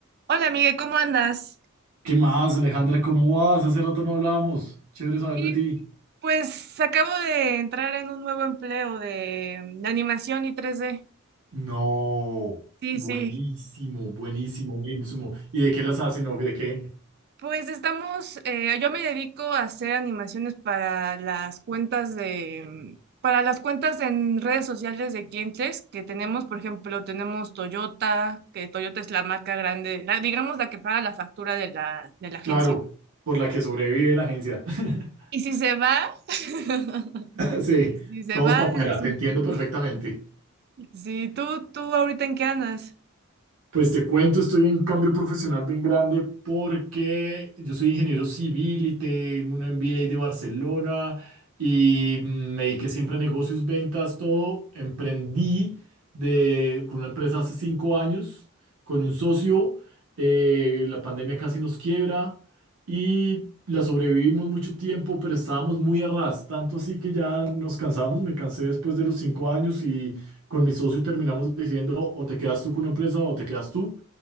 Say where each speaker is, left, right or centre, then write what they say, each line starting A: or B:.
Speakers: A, on the right; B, on the right.
A: Hola, Miguel, ¿cómo andas?
B: ¿Qué más, Alejandra? ¿Cómo vas? Hace rato no hablábamos. Chévere saber
A: Y
B: de ti.
A: pues acabo de entrar en un nuevo empleo de, mm, de animación y tres d
B: No,
A: Sí,
B: buenísimo,
A: sí.
B: buenísimo, buenísimo. ¿Y de qué las hacen o de qué?
A: Pues estamos, eh, yo me dedico a hacer animaciones para las cuentas de, mm, para las cuentas en redes sociales de clientes que tenemos, por ejemplo, tenemos Toyota, que Toyota es la marca grande, la- digamos la que paga la factura de la, de la agencia.
B: Claro, por la que sobrevive la agencia. <laughs>
A: Y si se va, <laughs>
B: Sí,
A: si se
B: todos
A: va,
B: para afuera,
A: es
B: te
A: un
B: entiendo
A: problema.
B: perfectamente.
A: Sí, ¿tú, tú ahorita en qué andas?
B: Pues te cuento, estoy en cambio profesional bien grande porque yo soy ingeniero civil y tengo un MBA de Barcelona y mm, me dediqué siempre a negocios, ventas, todo. Emprendí de, con una empresa hace cinco años, con un socio. eh, la pandemia casi nos quiebra y la sobrevivimos mucho tiempo, pero estábamos muy a ras, tanto así que ya nos cansamos. Me cansé después de los cinco años y con mi socio terminamos diciendo o te quedas tú con una empresa o te quedas tú.